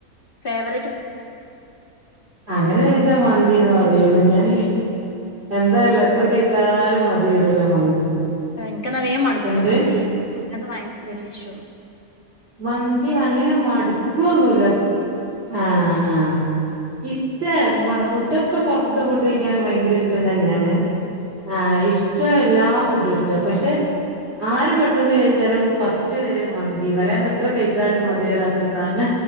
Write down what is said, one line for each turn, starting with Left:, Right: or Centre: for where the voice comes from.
Left: ഫേവററ്റ് ഫു
Right: അങ്ങനെ ചോയിച്ചാ മന്തിന്ന് പറയുള്ളൂ ഞാൻ എന്തല്ല.. എത്ര കഴിച്ചാലും മതിവരുല്ല മന്തി
Left: താങ്ക് ക്ക നാവേ മടക്കൂട്ടോ
Right: എന്ത്
Left: മന്തി അത് <unintelligible>
Right: മന്തി അങ്ങനെ മടുക്കുവൊന്നുമില്ല ആഹ ആഹ ഇഷ്ട ഫുഡൊക്കെ പൊറത്ത ഫുഡ് കഴിക്കാന ഭയങ്കര ഇഷ്ടം തന്നെയാണ് ആഹ ഇഷ്ട എല്ല ഫുഡ് ഇഷ്ട പക്ഷെ ആര് പെട്ടെന്ന് ചോദിച്ചാലും ഫസ്റ്റ് വർ മന്തിന്നാ എത്രപ്പ കച്ചാലും മതിയ രാത്രി സാധാരണ